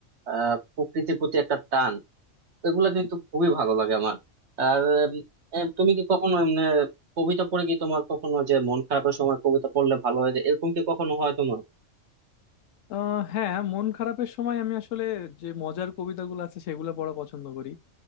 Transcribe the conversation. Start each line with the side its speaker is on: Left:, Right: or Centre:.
Right: আহ প্রকৃতির প্রতি একটা টান এগুলা কিন্তু খুবই ভালো লাগে আমার আর উম, আহ, তুমি কি কখনো এমনি কবিতা পড়ে কি তোমার কখনো যে মন খারাপের সময় কবিতা পড়লে ভালো হয়ে যায় এরকম কি কখনো হয় তোমার
Left: আহ হ্যাঁ মন খারাপের সময় আমি আসলে যে মজার কবিতাগুলো আছে সেগুলো পড়া পছন্দ করি